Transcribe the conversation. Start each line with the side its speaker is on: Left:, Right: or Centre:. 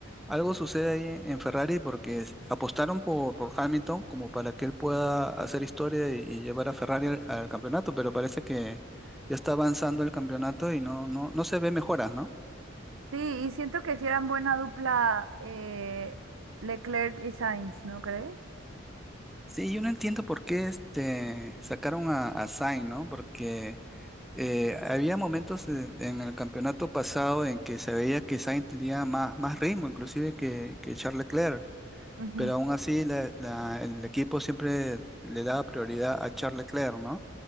Centre: algo sucede ahí en en Ferrari porque s- apostaron por, por Hamilton como para que él pueda hacer historia y, y llevar a Ferrari al, al campeonato, pero parece que ya está avanzando el campeonato y no, no, no se ve mejoras, ¿no?
Right: Sí, y siento que si eran buena dupla eh, Leclerc y Sainz, ¿no crees?
Centre: Sí, yo no entiendo por qué este, sacaron a, a Sainz, ¿no? Porque eh, había momentos en, en el campeonato pasado en que se veía que Sainz tenía más, más ritmo, inclusive que, que Charles Leclerc.
Right: Ujú,
Centre: pero aún así la- la- el equipo siempre le daba prioridad a Charles Leclerc, ¿no?